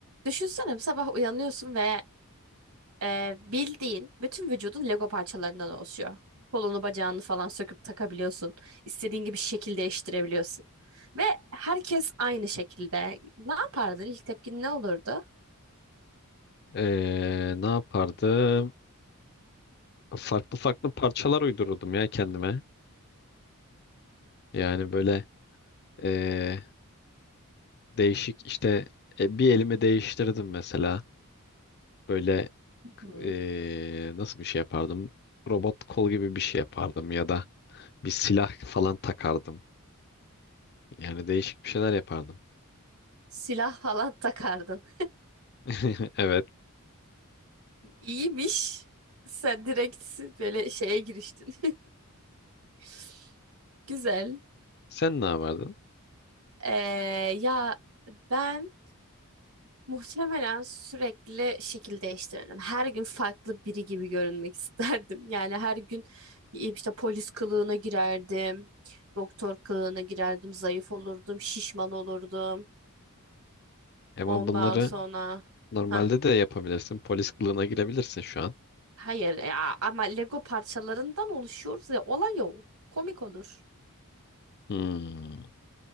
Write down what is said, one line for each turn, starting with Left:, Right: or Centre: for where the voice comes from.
Right: Düşünsene sabah uyanıyorsun ve e, bildiğin bütün vücudun Lego parçalarından oluşuyor. Kolunu bacağını falan söküp takabiliyorsun. İstediğin gibi şekil değiştirebiliyorsun. Ve herkes aynı şekilde. Ne yapardın? İlk tepkin ne olurdu?
Left: Ee, ne yapardım? Farklı farklı parçalar uydururdum ya kendime. Yani böyle ee, değişik işte e, bir elimi değiştirdim mesela. Böyle
Right: <laughs>
Left: ee, nasıl bir şey yapardım? Robot kol gibi bir şey yapardım ya da bir silah falan takardım. Yani değişik bir şeyler yapardım.
Right: Silah falan takardın.
Left: <laughs> Evet.
Right: İyiymiş. Sen direkt böyle şeye giriştin. <laughs> Güzel.
Left: Sen ne yapardın?
Right: Ee, ya ben muhtemelen sürekli şekil değiştirirdim. Her gün farklı biri gibi görünmek <laughs> isterdim. Yani her gün e, işte polis kılığına girerdim, doktor kılığına girerdim, zayıf olurdum, şişman olurdum.
Left: E, Ama
Right: Ondan
Left: bunları
Right: sonra
Left: normalde
Right: Hah,
Left: de yapabilirsin. Polis kılığına girebilirsin şu an.
Right: Hayır ya ama Lego parçalarından oluşuyoruz ya olay o. Komik olur.
Left: Hmm,